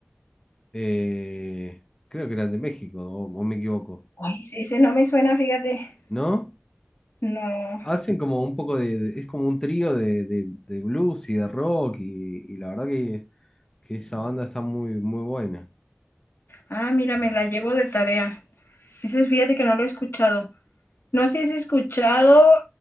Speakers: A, on the left; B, on the left.
A: eh, creo que eran de México, o, o me equivoco.
B: Ay, sí, ese no me suena, fíjate.
A: ¿No?
B: No.
A: Hacen como un poco de. de- es como un trío de, de- de blues y de rock. Y, y la verdad que, que esa banda está muy, muy buena.
B: Ah, mira, me la llevo de tarea. Ese fíjate que no lo he escuchado. no sé si has escuchado,